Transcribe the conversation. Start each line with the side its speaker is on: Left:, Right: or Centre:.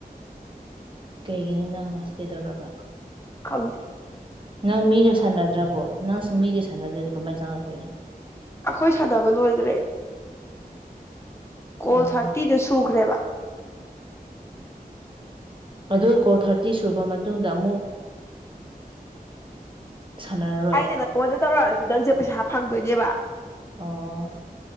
Right: ꯀꯩꯒꯤꯅꯣ ꯅꯪꯅ ꯀꯩꯗꯧꯔꯕ
Left: ꯈꯪꯗ
Right: ꯅꯪ ꯃꯤꯁꯨ ꯁꯥꯟꯅꯗ꯭ꯔꯕꯣ ꯅꯪꯁꯨ ꯃꯤꯁꯨ ꯁꯥꯟꯅꯗꯦ ꯀꯃꯥꯏꯅ ꯆꯪꯉꯛꯇꯣꯏꯅꯣ
Left: ꯑꯩꯈꯣꯏ ꯁꯥꯟꯅꯕ ꯂꯣꯏꯈ꯭ꯔꯦ ꯀꯣꯜ
Right: ꯑꯣ
Left: ꯊꯥꯔꯇꯤꯗ ꯁꯨꯈ꯭ꯔꯦꯕ
Right: ꯑꯗꯨꯀꯣ ꯊꯥꯔꯇꯤ ꯁꯨꯔꯕ ꯃꯇꯨꯡꯗ ꯑꯃꯨꯛ ꯁꯥꯟꯅꯔꯔꯣꯏ
Left: ꯑꯩꯅ ꯅꯪꯉꯣꯟꯗ ꯇꯧꯔꯛꯑꯁꯨ ꯅꯪꯁꯦ ꯄꯩꯁꯥ ꯐꯪꯗꯣꯏꯅꯦꯕ
Right: ꯑꯣ